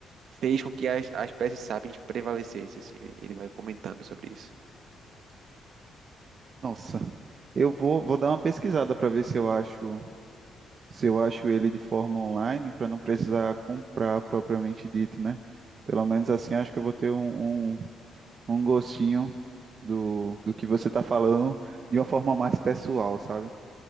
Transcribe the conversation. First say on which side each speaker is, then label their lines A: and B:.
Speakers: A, on the right; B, on the right.
A: fez com que a, a espécie sapiens prevalecesse, assim, ele, ele vai comentando sobre isso.
B: Nossa, eu vou, vou dar uma pesquisada para ver se eu acho se eu acho ele de forma online, para não precisar comprar propriamente dito, né? Pelo menos assim, acho que eu vou ter um, um, um gostinho do, do que você está falando de uma forma mais pessoal, sabe?